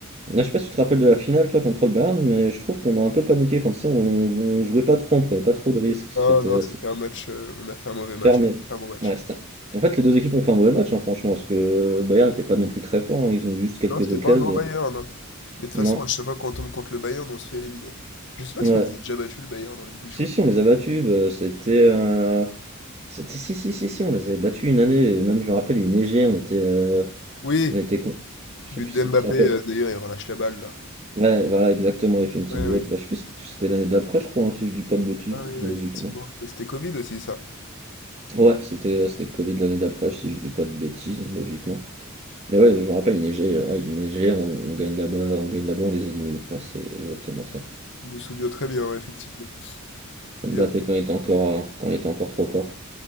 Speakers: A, on the right; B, on the left.
A: Là, je sais pas si tu te rappelles de la finale, toi, contre le Bayern, mais je trouve qu'on a un peu paniqué. Enfin, tu sais, on, on jouait pas trop, on prenait pas trop de risques. C'était
B: Non, non,
A: assez
B: c'était un match, euh, on a fait un mauvais match.
A: fermé.
B: Un bon match.
A: Ouais, c'était- En fait, les deux équipes ont fait un mauvais match, hein, franchement, parce que le Bayern n'était pas non plus très fort. hein. Ils ont juste quelques
B: Non, c'était
A: occasions.
B: pas un grand Bayern, non. Mais de toute façon,
A: Non.
B: à chaque fois qu'on tombe contre le Bayern, on se fait éliminer. Je sais pas
A: Ouais.
B: si on les a déjà battus, le Bayern, en Ligue des
A: Si,
B: Champions.
A: si, on les a battus. bah, c'était. euh, C'était. Si, si, si, si, on les avait battus une année. Et même, je me rappelle, il neigeait, on était. euh,
B: Oui,
A: On était contre. Je
B: but
A: sais plus
B: de
A: si tu
B: Mbappé,
A: te rappelles.
B: euh, d'ailleurs, il relâche la balle, là.
A: Ouais, voilà, exactement. Il fait une petite
B: Oui,
A: boulette.
B: oui.
A: Bah, je sais plus, si c'était c'était l'année d'après, je crois, hein, si je dis pas de bêtises,
B: Ah oui, oui,
A: logiquement.
B: effectivement. C'était Covid aussi, ça.
A: Ouais, c'était euh, c'était le Covid l'année d'après, si je dis pas de bêtises, logiquement. Mais ouais, je me rappelle, il neigeait, euh, ouais, il neigeait, on, on gagne là-bas, on gagne là-bas, on les élimine. Ouais, c'est exactement ça.
B: Je me souviens très bien, ouais, effectivement. Bien
A: Mbappé quand il était encore, euh, quand il était encore trop fort,